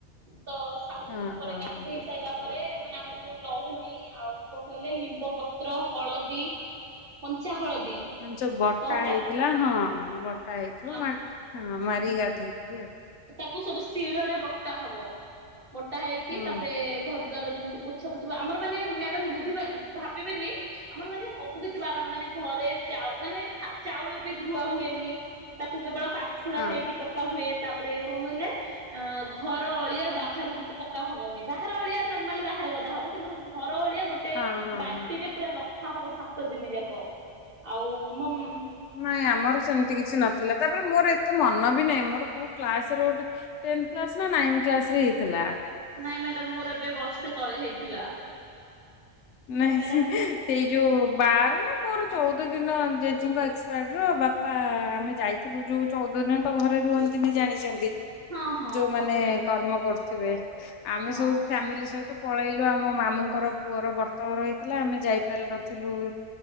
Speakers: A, on the right; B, on the left.
A: ତ ସାତ
B: ହଁ
A: ଦିନ ପରେ
B: ହଁ
A: ଗାଧେଇ
B: ହଁ
A: ସାଇଲା ତା ପରେ ମାନେ ଆମକୁ ଲହୁଣୀ ଆଉ କଣ କହିଲେ ଲିମ୍ବ ପତ୍ର, ହଳଦୀ, କଞ୍ଚା ହଳଦୀ
B: ମାନେ ଯୋଉ ବଟା
A: ତ ହ
B: ହେଇଥିଲା ହଁ ବଟା ହେଇଥିବ
A: ଆମ
B: ହଁ ମାରି ଗାଧେଇ ଥିବି ଆଉ
A: ତାକୁ ସବୁ ଶିଳରେ ବଟା ହବ ବଟା ହେଇକି
B: ହୁଁ
A: ତାପରେ ଏ ଘର ଦ୍ୱାର ଯେମିତି ପୋଛା ପୋଛି ହବ। ଆମର ମାନେ ମ୍ୟାଡମ୍ ବୁଝ ବେନି ଭାବିବେନି ଆମର ମାନେ ସବୁ କିଛି ବାରଣ ମାନେ ଘରେ ମାନେ ଚାଉଳ ବି ଧୁଆ ହୁଏନି ତାକୁ କେବଳ ପାଛୁଡ଼ା
B: ହଁ
A: ହୋଇକି ପକା ହୁଏ। ତା ରେ କଣ କହିଲେ ଘର ଅଳିଆ ବାହାରକୁ ପକା ହବନି ବାହାର ଅଳିଆ ନର୍ମାଲ ବାହାରେ ଗଦା ହବ କିନ୍ତୁ <inaudible> ଅଳିଆ ଗୋଟେ
B: ହଁ ହଁ
A: ବାଲ୍ଟିର
B: ହଁ।
A: ପୂରା ର କଥ ହବ ସାତ ଦିନି ଯାକ ଆଉ ମମ୍
B: ନାଇଁ ଆମର ସେମିତି କିଛି ନଥିଲା ତାପରେ ମୋର ଏତେ ମନ ବି ନାହିଁ ମୋର କୋଉ କ୍ଲାସ ରେ ଗୋଟେ ଟେନ୍ କ୍ଲାସ୍ ନା ନାଇନ୍ କ୍ଲାସ ରେ ହେଇଥିଲା।
A: ନାଇଁ ମ୍ୟାଡାମ ମୋର ଏବେ ବର୍ଷେ ତଳେ ହେଇଥିଲା। ତ
B: ନାଇଁ
A: ମ୍ୟାଡାମ
B: ସେ ସେଇ ଯୋଉ ବାର ନା ମୋର ଚଉଦ ଯୋଉ ଦିନ ଜେଜିଙ୍କ ଏକ୍ସପାଏଡ ର ବାପା ଆମେ ଯାଇଥିଲୁ ଯୋଉ ଚଉଦ ଦିନ ତ ଘରେ ରୁହନ୍ତିନି ଜାଣିଛନ୍ତି। <inaudible>
A: ହଁ ହଁ
B: ଯୋଉମାନୋନ
A: ହଁ
B: କର୍ମ କରୁ ଥିବେ ଆମେ
A: ହଁ
B: ସବୁ ଫ୍ୟାମିଲି ସହିତ ପଳେଇଲୁ ଆମ ମାମୁଙ୍କର ପୁଅର ବ୍ରତ ତମର ହେଇଥିଲା ଆମେ ଯାଇପାରିନଥିଲୁ ଉଁ